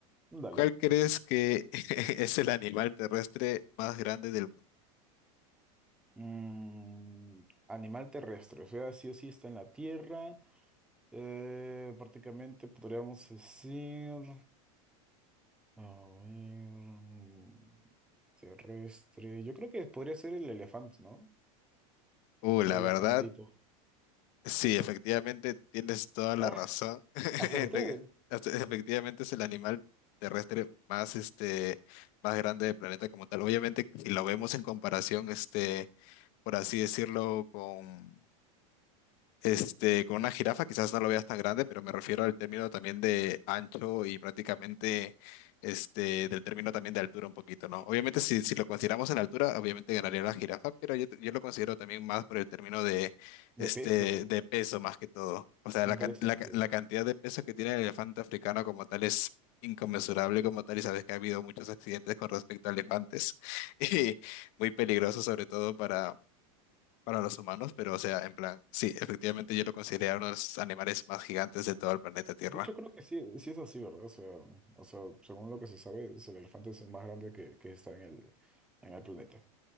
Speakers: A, in the centre; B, on the left.
A: Dale.
B: ¿Cuál crees que <laughs> es el animal terrestre más grande del mundo?
A: Mm, animal terrestre, o sea, sí o sí está en la tierra. eh, prácticamente podríamos decir. A ver. mm, Terrestre. Yo creo que podría ser el elefante, ¿no?
B: Uh, la
A: El elefantito.
B: verdad, Sí, efectivamente tienes toda la
A: Ah,
B: razón. <laughs> Efe-
A: acerté.
B: Efectivamente es el animal terrestre más este más grande del planeta como tal. Obviamente si lo vemos en comparación este por así decirlo con este, con una jirafa quizás no lo veas tan grande, pero me refiero al término también de ancho y prácticamente este, del término también de altura un poquito, ¿no? Obviamente si, si lo consideramos en altura, obviamente ganaría la jirafa, pero yo, yo lo considero también más por el término de, este,
A: De peso.
B: de peso más que todo. O sea,
A: Interesante.
B: la, can- la, ca- la cantidad de peso que tiene el elefante africano como tal es inconmensurable como tal y sabes que ha habido muchos accidentes con respecto a elefantes <laughs> y muy peligroso sobre todo para para los humanos, pero o sea, en plan, sí, efectivamente yo lo consideré uno de los animales más gigantes de todo el planeta Tierra.
A: De hecho, creo que sí, sí es así, ¿verdad? O sea, o sea, según lo que se sabe, es el elefante es el más grande que, que está en el, en el planeta.